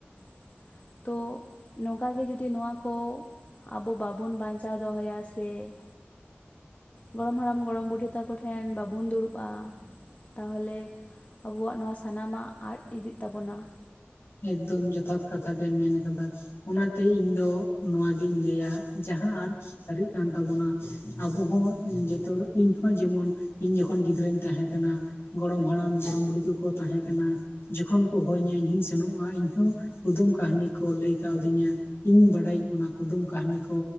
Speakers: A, on the left; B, on the left.
A: ᱾ ᱛᱚ ᱱᱚᱝᱠᱟ ᱜᱮ ᱡᱩᱫᱤ ᱱᱚᱣᱟ ᱠᱚ ᱟᱵᱚ ᱵᱟᱵᱚᱱ ᱵᱟᱧᱪᱟᱣ ᱫᱚᱦᱚᱭᱟ ᱥᱮ ᱜᱚᱲᱚᱢ ᱦᱟᱲᱟᱢ ᱜᱚᱲᱚᱢ ᱵᱩᱰᱷᱤ ᱛᱟᱠᱚ ᱴᱷᱮᱱ ᱵᱟᱵᱚᱱ ᱫᱩᱲᱩᱵᱼᱟ, ᱛᱟᱦᱚᱞᱮ ᱟᱵᱚᱣᱟᱜ ᱱᱚᱣᱟ ᱥᱟᱱᱟᱢᱟᱜ ᱟᱫ ᱤᱫᱤᱜ ᱛᱟᱵᱚᱱᱟ ᱾
B: ᱮᱠᱫᱚᱢ ᱡᱚᱛᱷᱟᱛ ᱠᱟᱛᱷᱟ ᱜᱮᱢ ᱢᱮᱱ ᱟᱠᱟᱫᱟ ᱾ ᱚᱱᱟᱛᱮ ᱤᱧ ᱫᱚ ᱱᱚᱣᱟᱜᱤᱧ ᱞᱟᱹᱭᱟ ᱡᱟᱦᱟᱸ ᱟᱫ ᱥᱟᱹᱨᱤᱜ ᱠᱟᱱ ᱛᱟᱵᱚᱱᱟ ᱟᱵᱚ ᱦᱚᱸ ᱡᱚᱛᱚ ᱤᱧ ᱦᱚᱸ ᱡᱮᱢᱚᱱ ᱤᱧ ᱡᱚᱠᱷᱚᱱ ᱜᱤᱫᱽᱨᱟᱹᱧ ᱛᱟᱦᱮᱸ ᱠᱟᱱᱟ ᱜᱚᱲᱚᱢ ᱦᱟᱲᱟᱢ ᱜᱚᱲᱚᱢ ᱵᱩᱰᱷᱤ ᱛᱚᱠᱚ ᱠᱚ ᱛᱟᱦᱮᱸ ᱠᱟᱱᱟ ᱡᱚᱠᱷᱚᱱ ᱠᱚ ᱦᱚᱦᱚ ᱦᱟᱹᱧᱟ ᱤᱧ ᱦᱚᱸᱧ ᱥᱮᱱᱚᱜᱼᱟ ᱤᱧᱦᱚᱸ ᱠᱩᱫᱩᱢ ᱠᱟᱹᱦᱱᱤ ᱠᱚ ᱞᱟᱹᱭ ᱠᱟᱣᱫᱤᱧᱟ ᱤᱧ ᱵᱟᱲᱟᱭᱟᱹᱧ ᱚᱱᱟ ᱠᱩᱫᱩᱢ ᱠᱟᱹᱦᱱᱤ ᱠᱚ,